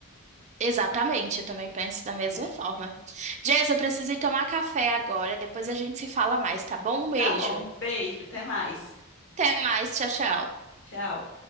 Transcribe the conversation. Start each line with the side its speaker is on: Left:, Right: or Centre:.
Right: Exatamente, eu também penso da mesma
Left: É.
Right: forma. Jess, eu preciso ir tomar café agora, depois a gente se fala mais, tá bom? Um beijo.
Left: Tá bom, beijo, até mais.
Right: Até mais, tchau, tchau.
Left: Tchau.